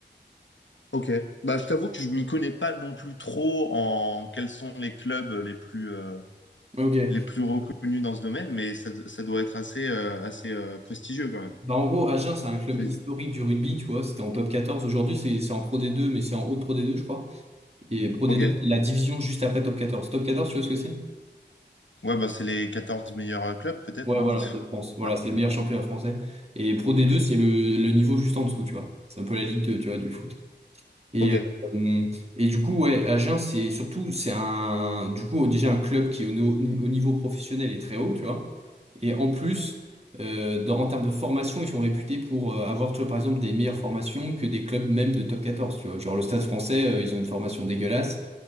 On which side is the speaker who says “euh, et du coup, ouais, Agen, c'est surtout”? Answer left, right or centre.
Right